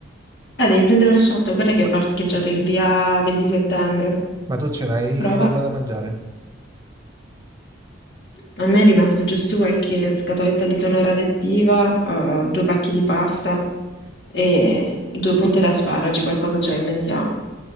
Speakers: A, on the left; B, on the right.
A: Eh, devi prendere lo shuttle, guarda che
B: Ma,
A: è parcheggiato in via 20 settembre.
B: ma tu ce n'hai
A: Prova.
B: roba da mangiare?
A: A me è rimasto giusto qualche scatoletta di tonno radioattiva, eh, due pacchi di pasta e due punte d'asparagi, qualcosa ce la inventiamo.